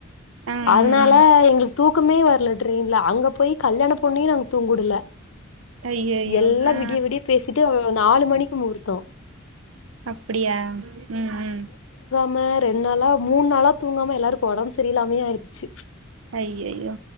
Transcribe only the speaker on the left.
அதனால எங்களுக்கு தூக்கமே வரல ட்ரெயின்ல அங்க போய் கல்யாண பொண்ணயு நாங்க தூங்க உடுல
எல்லா
விடிய விடிய பேசிட்டு நாலு மணிக் கு முகூர்த்த
ம ரெண் நாளா மூணு நாளா தூங்காம எல்லாருக்கு ஒடம்பு சரியில்லாமேயே ஆயிருச்சு